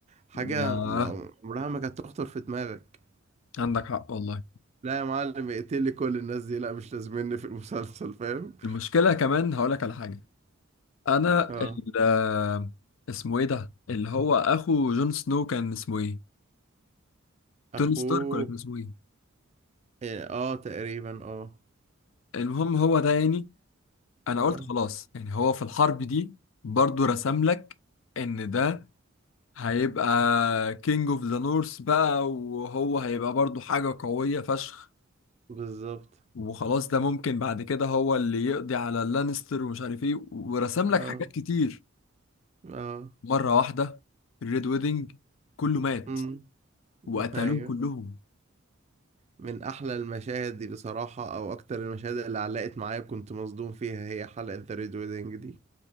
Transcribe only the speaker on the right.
حاجة
م- عمرها ما كانت تخطر في دماغك
لا يا معلم اقتلي كل الناس دي لا مش لازمني في المسلسل فاهم؟
اه
اخوه
إيه، اه تقريبا اه
اه
بالظبط
اه
اه
امم
ايوه
من احلى المشاهد دي بصراحة او اكتر المشاهد اللي علقت معايا كنت مصدوم فيها هي حلقة ذا ريد ويدنج دي